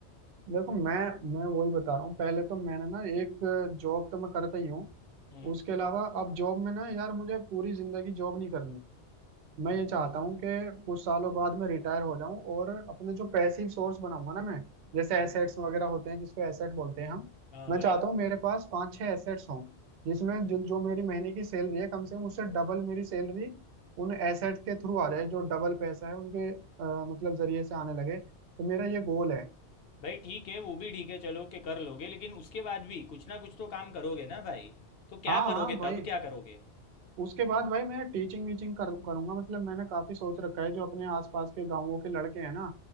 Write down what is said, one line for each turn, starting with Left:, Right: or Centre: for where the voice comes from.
Right: देखो मैं मैं वही बता रहा हूँ पहले तो मैंने ना एक जॉब तो मैं करता ही हूँ
Left: हम्म
Right: उसके अलावा अब जॉब में ना यार मुझे पूरी जिंदगी जॉब नहीं करनी मैं
Left: हम्म
Right: ये चाहता हूँ कि कुछ सालों बाद मैं रिटायर हो जाऊं और अपने जो पैसिव सोर्स बनाऊंगा ना मैं जैसे
Left: हम्म,
Right: एसेट्स वगैरह होते हैं जिसको एसेट बोलते हैं हम
Left: हाँ
Right: मैं
Left: भाई
Right: चाहता हूँ मेरे पास पांच छह एसेट्स हों जिसमें जो, जो मेरी महीने की सैलरी है कम से कम उससे डबल मेरी सैलरी उन एसेट्स के थ्रू आ जाए जो डबल पैसा है उनके अ, मतलब जरिए से आने लगे तो मेरा
Left: हम्म।
Right: ये गोल है
Left: भाई ठीक है वो भी ठीक है चलो कि कर लोगे लेकिन उसके बाद भी कुछ ना कुछ तो काम करोगे ना भाई तो क्या
Right: हाँ
Left: करोगे
Right: हाँ भाई
Left: तब क्या करोगे
Right: उसके बाद भाई मैं टीचिंग वीचिंग कर, करूंगा मतलब मैंने काफी सोच रखा है जो अपने आसपास के गांवों के लड़के हैं ना